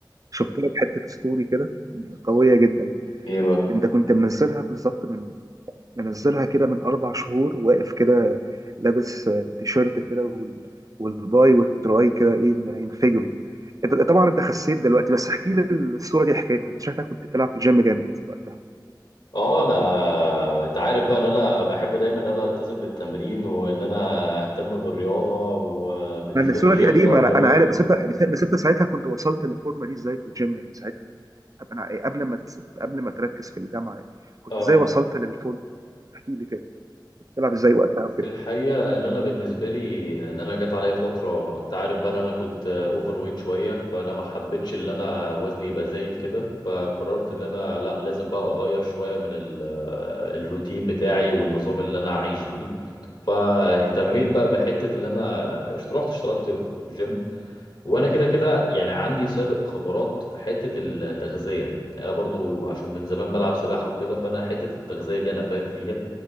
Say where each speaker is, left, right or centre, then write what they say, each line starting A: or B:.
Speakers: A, on the right; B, on the left.
A: شفت لك حته ستوري كده قويه جدا
B: ايه بقى؟
A: انت كنت منزلها بالظبط من منزلها كده من اربع شهور واقف كده لابس آه، تيشيرت كده وال... والباي والتراي كده ايه هينفجروا انت طبعا انت خسيت دلوقتي بس احكي لي الصوره دي حكايتها انت شكلك كنت بتلعب في الجيم جامد وقتها
B: اه انا انت عارف بقى ان انا بحب دايما ان انا التزم بالتمرين وان انا اهتم بالرياضه وبالنسبه
A: لان الصوره
B: لي الجيم
A: دي قديمه
B: ده اولويه
A: انا انا عارف بس انت بس انت ساعتها كنت وصلت للفورمه دي ازاي في الجيم يعني ساعتها قبل انا قبل ما تس- قبل ما تركز في الجامعه يعني. كنت
B: اه
A: ازاي وصلت للفورمه احكي لي كده كنت بتلعب ازاي وقتها وكده
B: في الحقيقه ان انا بالنسبه لي ان انا جت عليا فتره انت عارف بقى ان انا كنت اوفر ويت شويه فانا ما حبيتش ان انا وزني يبقى زايد كده فقررت ان انا لا لازم بقى اغير شويه من ال- الروتين بتاعي والنظام اللي انا عايش بيه فاهتميت بقى بحته اللي انا رحت اشتركت في جيم وانا كده كده يعني عندي سابق خبرات في حته التغذيه يعني انا برضو عشان من زمان بلعب سباحه وكده فانا حته التغذيه دي انا فاهم فيها